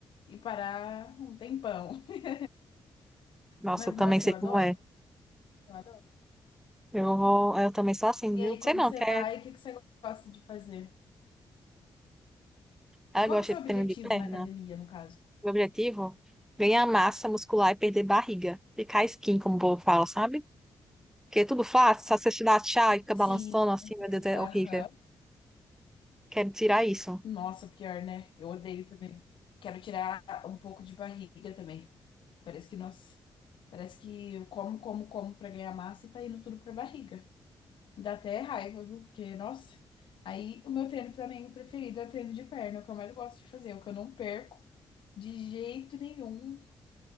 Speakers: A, on the left; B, in the centre.
A: e parar um tempão. <laughs>
B: Nossa,
A: Mas
B: eu também
A: nossa,
B: sei
A: eu adoro,
B: como é.
A: eu adoro.
B: Eu vou, eu também sou assim,
A: E
B: viu?
A: aí, quando
B: Sei não,
A: você
B: Quer?
A: vai, o que que você gosta de fazer?
B: ah,
A: Qual
B: eu gosto
A: que é o seu
B: de
A: objetivo
B: treino de perna.
A: na academia, no caso?
B: Meu objetivo, ganhar massa muscular e perder barriga. Ficar skin como o povo fala, sabe? Porque é tudo fácil, só você te dá chá e fica
A: Sim.
B: balançando assim,
A: Eu sei.
B: meu Deus, é
A: Aham.
B: horrível. Quero tirar isso.
A: Nossa, pior, né? Eu odeio também. Quero tirar um pouco de barriga também. Parece que, nossa, parece que eu como, como, como pra ganhar massa e tá indo tudo pra barriga. Dá até raiva, viu? Porque, nossa. Aí o meu treino também o preferido é o treino de perna, é o que eu mais gosto de fazer, é o que eu não perco de jeito nenhum.